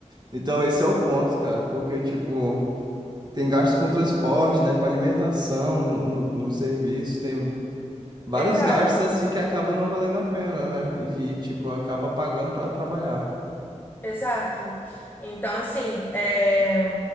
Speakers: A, on the right; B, on the left.
A: então esse é o ponto, cara, porque, tipo, tem gastos com transporte, né, com alimentação no, no, no serviço, tem vários
B: Exato.
A: gastos, assim, que acaba não valendo a pena, né? E, tipo, acaba pagando pra trabalhar.
B: Exato. Então, assim, é,